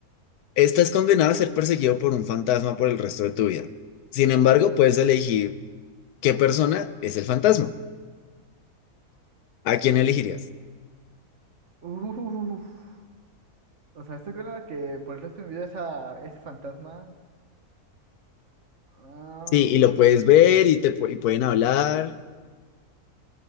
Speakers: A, on the left; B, on the right.
A: estás condenado a ser perseguido por un fantasma por el resto de tu vida. Sin embargo, puedes elegir qué persona es el fantasma. ¿A quién elegirías?
B: Uf, o sea, estoy con la que por el resto de mi vida esa, ese fantasma. ah,
A: Sí, y lo puedes ver y te pu- y pueden hablar,